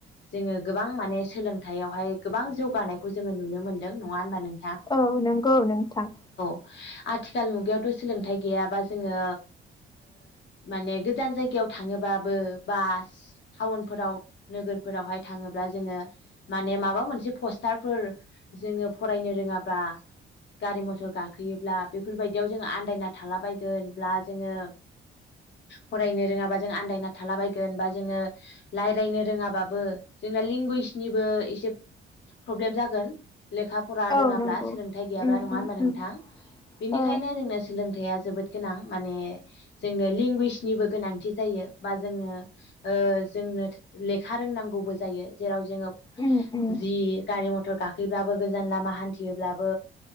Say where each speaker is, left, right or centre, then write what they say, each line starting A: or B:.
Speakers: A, on the left; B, on the left.
A: जोङो गोबां माने सोलोंथायाइयावहाय गोबां जौगानायखौ जोङो नुनो मोनदों नङा होनबा नों
B: औ नंगौ नोंथां
A: आथिखाल मुगायावथ सोलोंथाइ गैयाबा जोङो माने गोजान जायगायाव थाङोबाबो बास टाउनफोराव नोगोरफोरावहाय थाङोब्ला जोङो माने माबा मोनसे पस्टारफोर जोङो फरायनो रोङाबा गारि मथर गाखोयोब्ला बेफोरबायदियाव जोङो आन्दायना थालाबायगोनब्ला जोङो फरायनो रोङाबा जों आन्दायना थाला बायगोन बा जोङो रायज्लायनो रोङाबाबो जोंना लेंगुवेजनिबो एसे प्रब्लेम जागोन लेखा फरा
B: औ
A: रोङाब्ला
B: नंगौ
A: सोलोंथाइ गैयाब्ला
B: उम
A: नङा
B: उम
A: होनोमबा नोंथां
B: उम
A: बेनिखायनो
B: औ
A: जोंनो सोलों या जोबोद गोनां माने जोंनो लेंगुवेजनिबो गोनांथि जायो बा जों ओ जोंनो लेखा रोंनांगौबो जायो जेराव जोङो
B: उम उम
A: जि गारि मथर गा हैब्लाबो गोजान लामा हान्थियोब्लाबो